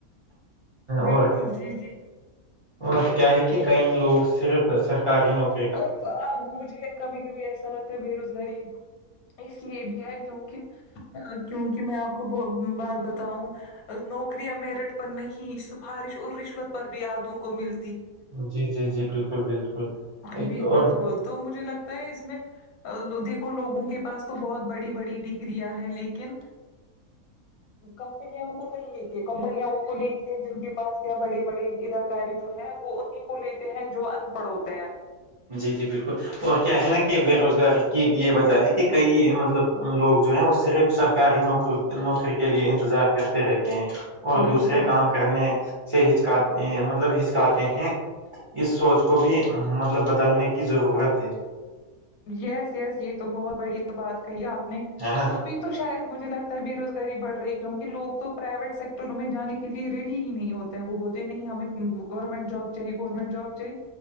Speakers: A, on the left (about 80°); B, on the right (about 35°).
A: بالکل
B: اور
A: جی جی
B: اور کیا ہے کہ کئی لوگ صرف سرکاری نوک
A: اور اب مجھے کبھی کبھی ایسا لگتا ہے بے روزگاری اس لیے بھی ہے کیونکہ کیونکہ میں آپ کو ب بات بتاؤں نوکریا میرٹ پر نہیں سفارش اور رشوت پر بھی آدوں کو مل
B: جی جی جی بالکل بالکل
A: ہاں
B: ایک اور
A: بالکل تو مجھے لگتا ہے اس میں دیکھو لوگوں کے پاس تو بہت بڑی بڑی ڈگریاں ہیں لیکن کمپنیاں ان کو نہیں لیتی ہے کمپنیاں ان کو لیتی ہے جن کے پاس کیا بڑے بڑے ادا کاری جو ہے وہ انیں کو لیتے ہیں جو ان پڑھ ہوتے ہیں
B: جی جی بالکل اور کیا ہے نا کہ بے روزگاری کی یہ وجہ ہے کہ کئی مطلب لوگ جو ہے وہ صرف سرکاری نوکری کے لیئے انتظار کرتے رہتے ہیں اور
A: بالکل
B: دوسرے کام کرنے سے ہچکات مطلب ہچکاتے ہیں اس سوچ کو بھی مطلب بدلنے کی ضرورت ہے
A: یس یس یہ تو بہت بڑھیا بات کہی آپ نے
B: ہے نا
A: تبھی تو شاید مجھے لگتا ہے بے روزگاری بڑ رہی کیونکہ لوگ تو پرائیویٹ سیکٹروں میں جانے کے لیے ریڈی ہی نہیں ہوت وہ بولتے ہیں نہیں ہمیں گورنمنٹ جاب چاہے گورنمنٹ جاب چھ